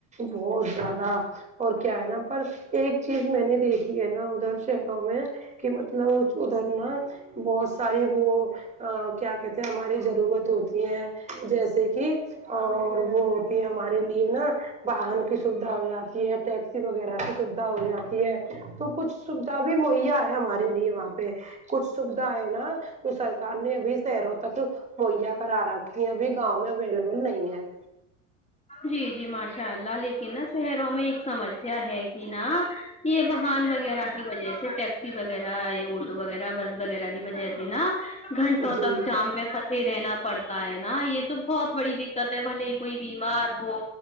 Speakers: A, on the right; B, on the left.
A: بہت زیادہ اور کیا ہے نا پر ایک چیز میں نے دیکھی ہے نا ادھر شہروں میں کہ مطلب ادھر نا بہت ساری وہ کیا کہتے ہیں ہماری ضروت ہوتی ہے جیسے کہ اور وہ ہوتی ہے ہمارے لیے نا فہان کی سویدھا ہو جاتی ٹیکسی وغیرہ کی سویدھا ہو جاتی ہے تو کچھ سویدھا بھی مہیا ہے ہمارے لیے وہاں پہ کچھ سویدھا ہے نا سر کان نے ابھی شہروں تک مہیا کرا رکھی ہیں ابھی گاؤں میں اویلبل نہیں ہے
B: جی جی ماشاء اللہ لیکن نا شہروں میں ایک سمسیا ہے کی نا یہ واہن وغیرہ کی وجہ سے ٹیکسی وغیرہ یہ آٹو وغیرہ بس وغیرہ کی وجہ سے نا گھنٹوں
A: جی
B: تک جام میں سے رہنا پڑتا ہے نا یہ تو بہت بڑی دکت ہے بھلے ہی کوئی بیمار ہو